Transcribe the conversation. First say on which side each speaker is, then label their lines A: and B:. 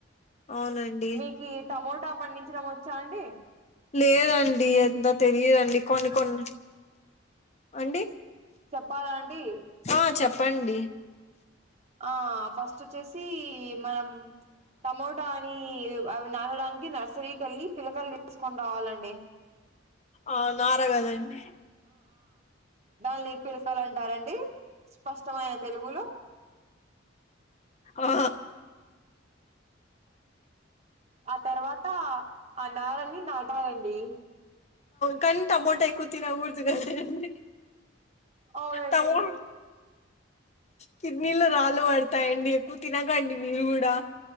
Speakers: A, on the left (about 35°); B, on the right (about 35°).
A: అవునండి
B: మీకు టమోటా పండించడంమ చాండ
A: లేదండి అంత తెలియదండి కొన్ని కొన్ని అండి
B: చెప్పాల అంటడి
A: ఆ చెప్పండి
B: ఆ ఫస్ట్ వచ్చేసి మనం టమోటా అని అవి నాడడానికి నర్సరీకిళ్ళి పిలకలు తీసుకొని రావాలండి
A: అవునారగాదండి
B: దానిని పిలసలంటారండి స్పష్టమైన తెలుగులో
A: ఆ
B: ఆ తర్వాత ఆ నారని నాటాలండి
A: కానీ టమోటా ఎక్కువ తినకూడదు కదండి
B: అవునండి
A: టమో కిడ్నీలో రాళ్ళు పడతాయండి ఎక్కువ తినకండి మీరు కూడా